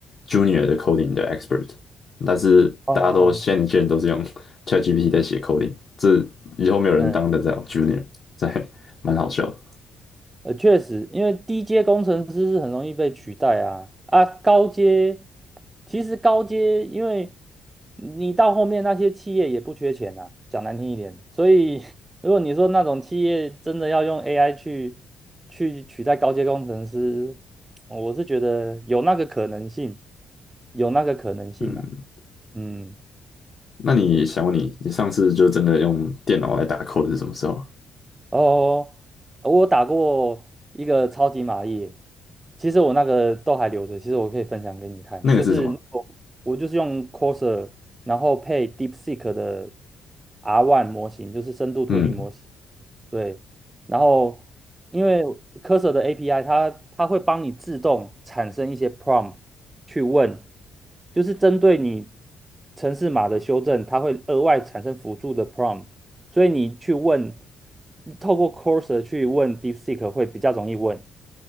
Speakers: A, on the left; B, on the right.
A: junior 的 coding 的 expert，但是大家都现在年轻人都是用
B: 哦，
A: ChatGPT 在写 coding，这以后没有人当得了
B: 嗯。
A: junior，这还蛮好笑的。
B: 呃，确实，因为低阶工程师是很容易被取代啊啊，高阶其实高阶，因为你到后面那些企业也不缺钱啊，讲难听一点，所以 <laughs> 如果你说那种企业真的要用 AI 去去取代高阶工程师，我是觉得有那个可能性，有那个可能性啊，
A: 嗯，
B: 嗯。
A: 那你想问你，你上次就真的用电脑来打 code 是什么时候？
B: 哦，我打过一个超级玛丽，其实我那个都还留着，其实我可以分享给你看，
A: 那个是什么？
B: 就是那个我就是用 c o r s a r 然后配 DeepSeek 的 R1 模型，就是深度推理模型，
A: 嗯，
B: 对，然后因为 Cursor 的 API，它它会帮你自动产生一些 prompt 去问，就是针对你城市码的修正，它会额外产生辅助的 prompt，所以你去问，透过 Cursor 去问 DeepSeek 会比较容易问。